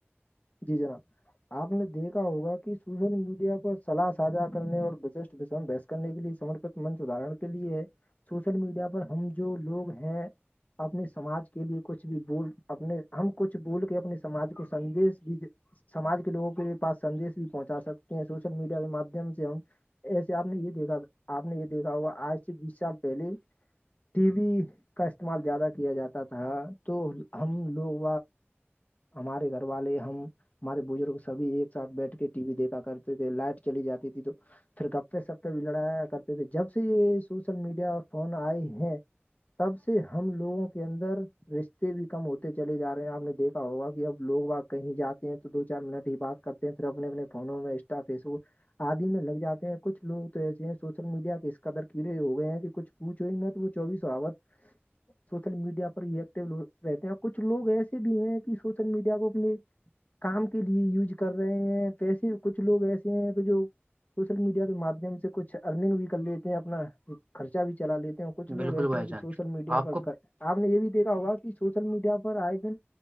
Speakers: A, on the left; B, on the right.
A: جی جناب آپ نے دیکھا ہوگا کہ سوشل میڈیا پر سلاح سجا کرنے اور بزشٹ بحث کرنے کے لیے سمرپت منچ ادارن کے لیے ہے سوشل میڈیا پر ہم جو لوگ ہیں اپنے سماج کے لیے کچھ بھی بول اپنے ہم کچھ بول کے اپنے سماج کو سندیش ساج کے لوگوں کے پس سندش بھی پہنچا سکتے ہیں سوشل میڈیا کے مم سے ہم ایسے آپ نے یہ دیکھا آپ نے یہ دیکھا ہوا آج سے بیس سال پہلے ٹی وی کا استعمال زیادہ کیا جاتا تھا تو ہم لوگ ہمارے گھر والے ہیں ہم ہمارے بزرگ سبھی ایک ساتھ بیٹھ کے ٹی وی دیکھا کرتے تھے لائٹ چلی جاتی تھی تو پھر گپے سپ پے بھی لڑایا کرتے تھے جب سے یہ سوشل میڈیا اور فون آئے ہیں تب سے ہم لوگوں کے اندر رشتے بھی کم ہوتے چلے جا رہے ہیں آپ نے دیکھا ہوگا کہ اب لوگ کہیں جاتے ہیں تو دو چار منٹ ہی بات کرتے ہیں پھر اپنے اپنے فونوں میں انسٹا فیس بک آدی میں لگ جاتے ہیں کچھ لوگ تو ایسے ہیں سوشل میڈیا پہ اس قدر کیڑے ہو گئے ہیں کہ کچھ چئی نہت وہ چوس آت سوشل میڈیا پر ہی ایکٹیو رہتے ہیں اور کچھ لوگ ایسے بھی ہیں کہ سوشل میڈیا کو اپنے کام کے لیے یوز کر رہے ہیں پیسے کچھ لوگ ایسے ہیں کہ جو سوشل میڈیا کے مادھیم سے کچھ ارننگ بھی کر لیتے ہیں اپنا خرچہ بھی چلا لیتے ہیں اور کچھ لوگ
B: بالکل
A: ایسے
B: بھائی
A: ہیں کہ
B: جان
A: سوشل میڈیا
B: آپ
A: پر
B: کو
A: آپ نے یہ بھی دیکھا ہوگا کہ سوشل میڈیا پر آئے دن